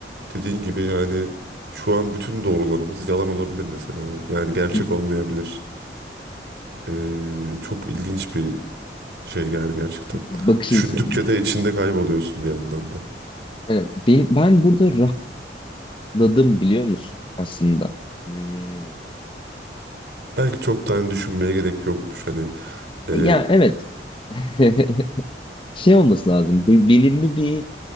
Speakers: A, on the right (about 70°); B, on the left (about 30°).
A: dediğin gibi yani şu an bütün doğrularımız yalan olabilir mesela. Yani gerçek
B: Hı hı.
A: olmayabilir. Ee, çok ilginç bir şey yani gerçekten.
B: Bakış
A: Düşündükçe
B: açısı.
A: de içinde kayboluyorsun bir yandan da.
B: Aynen. Ben, ben burada rahatladım biliyor musun aslında? Hmm,
A: Belki çok tane düşünmeye gerek yokmuş. Hani ee,
B: Ya evet. <laughs> Şey olması lazım. be- Belirli bir